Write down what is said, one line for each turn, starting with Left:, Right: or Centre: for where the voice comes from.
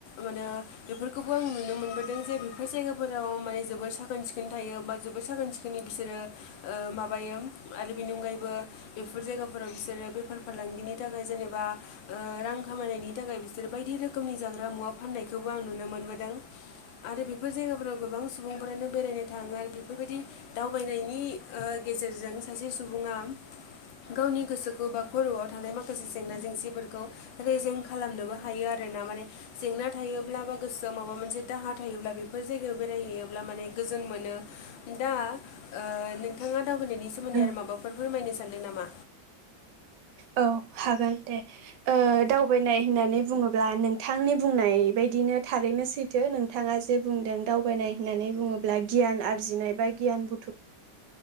Left: माने बेफोरखौ खौ आं नुनो मोनबोदों जे बेफोर जायगाफोराव माने जोबोद साखोन सिखोन थायो बा जोबोद साखोन सिखोन बिसोरो ओ माबायो आरो बेनि अनगायैबो बेफोर जायगाखौ बिसोरो बेफार फालांगिनि थाखाय जेनेबा रां खामायनायनि थाखाय बिसोरो बायदि रोखोमनि ज ग्रा मुवा फाननायखौबो आं नुनो मोनबोदों आरो बेफोर जायगाफोराव गोबां सुबुंफोरानो बेरायनो थाङो आरो बेफोरबायदि दावबायनायनि ओ गेजेरजों सासे सुबुङा गावनि गोसोखौ बा खरआव थानाय माखासे जेंना जेंसिफोरखौ रेजें खालामनोबो हायो आरोना माने जेंना थायोब्ला बा गोसोआव माबा मोनसे दाहा थायोब्ला बेफोर जायगायाव बेरायहैयोब्ला माने गोजोन मोनो दा ओ नोंथाङा दावबायनि सोमोन्दै आरो
Right: ओं,
Left: माबाफोर फोरमायनो सानदों नामा
Right: औ हागोन दे ओ दावबायनाय होननानै बुङोब्ला नोंथांनि बुंनाय बायदिनो थारैनो सैथो नोंथाङा जे बुंदों दावबायनाय होननानै बुङोब्ला गियान आरजिनाय बा गियान बुथु